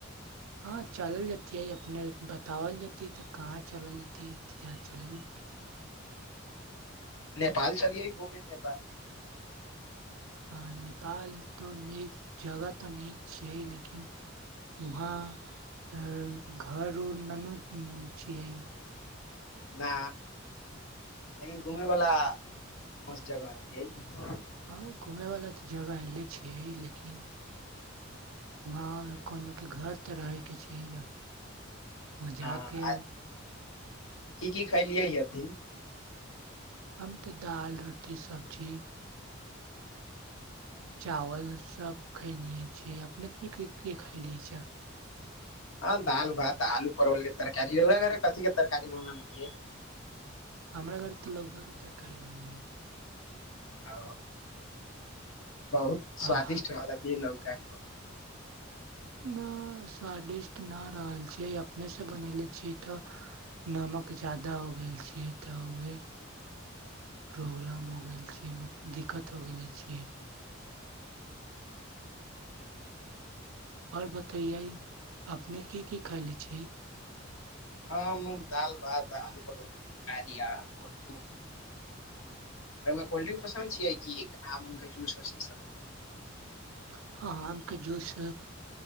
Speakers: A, on the right; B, on the left.
A: हँ चलल जेत छिय अपने बतावल जेतेय तऽ कहाँ चलल जते तऽ जहाँ चलल जैतै
B: नेपाल चलिय घूमे नेपाल
A: आ नेपाल तऽ नीक जगह तऽ नीक छियै लेकिन वहाँ घर उर ननू छियै
B: ना लेकिन घुमे वाला मस्त जगह अति ह
A: हँ घूमेैवाला तऽ जगह एऐले छियै लेकिन आओर कोन के घर तऽ रहे के छै न मजाक
B: हँ आ
A: आब
B: की की खालिय हेथिन
A: हम तऽ दालि रोटी सब्जी चावल सब खैलिय छिय अपने क के खलिय छ
B: हँ दाल भात आलू परवल के तरकारीरा घर कथ के तरकारी बन है
A: हमरा घर तऽ लौकाके तरकारी बनेलतिै
B: ह बहुत स्वादिष्ट
A: आह
B: रहलथि लोग का
A: न स्वादिष्ट नहि रहल छियै अपनेसँ बनले छियै तऽ नमक जादा हो गेल छियै तऽ उहे प्रॉब्लम हो गेल छियैत दिक्कत हो गेले छियै आओर बतैयै अपने की की खयले छियै
B: आ दाल भात आ आलू परोलके तरकारी आ कोल्ड्रिंक उल्ड्रिंक पी लेथिन ओरा कोल्ड्रिंक पसन्द छियै कि आम उमके जूसस ईसभ
A: हँ हाँ आमके जूस